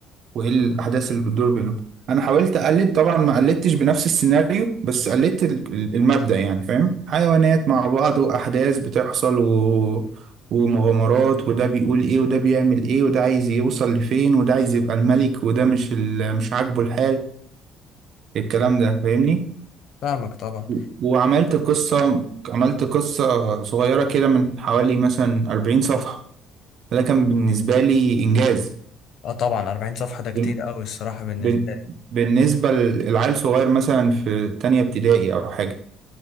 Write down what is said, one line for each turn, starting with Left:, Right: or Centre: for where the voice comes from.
Right: وايه الاحداث اللي بتدور بينهم انا حاولت اقلد طبعا ما قلدتش بنفس السيناريو بس قلدت ال- ال- المبدأ يعني فاهم حيوانات مع بعض واحداث بتحصل و... ومغامرات وده بيقول ايه وده بيعمل ايه وده عايز يوصل لفين وده عايز يبقى الملك وده مش ال... مش عاجبه الحال الكلام
Left: آه،
Right: ده فاهمني
Left: فاهمك طبعا
Right: و- وعملت قصة عملت قصة صغيرة كده من حوالي مثلا 40 صفحة ده كان بالنسبة لي إنجاز
Left: اه طبعا 40 صفحة ده كتير
Right: بن-
Left: قوي الصراحة بالنسبة
Right: بن-
Left: لي
Right: بالنسبة للعيل صغير مثلا في تانية ابتدائي أو حاجة